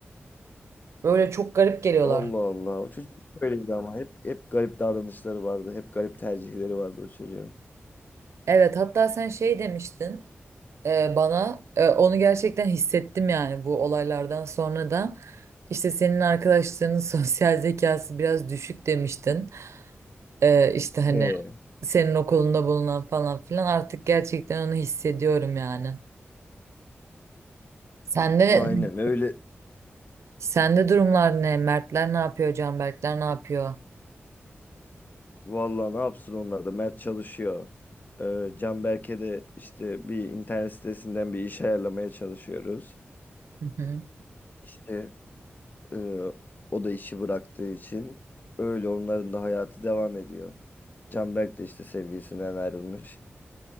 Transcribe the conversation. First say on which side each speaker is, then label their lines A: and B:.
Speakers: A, on the right; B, on the left.
A: Böyle çok garip geliyorlar.
B: Allah Allah. O çocuk hep böyleydi ama. Hep hep garip davranışları vardı. Hep garip tercihleri vardı o çocuğun.
A: Evet hatta sen şey demiştin e, bana e, onu gerçekten hissettim yani bu olaylardan sonra da işte senin arkadaşlarının <laughs> sosyal zekası biraz düşük demiştin E, işte hani
B: He.
A: senin okulunda bulunan falan filan artık gerçekten onu hissediyorum yani. Sende
B: Aynen öyle.
A: sende durumlar ne? Mertler ne yapıyor? Canberkler ne yapıyor?
B: Vallahi ne yapsın onlar da. Mert çalışıyor. Ee, Canberk'e de işte bir internet sitesinden bir iş ayarlamaya çalışıyoruz.
A: Hı hı.
B: İşte e, o da işi bıraktığı için öyle onların da hayatı devam ediyor. Canberk de işte sevgilisinden ayrılmış.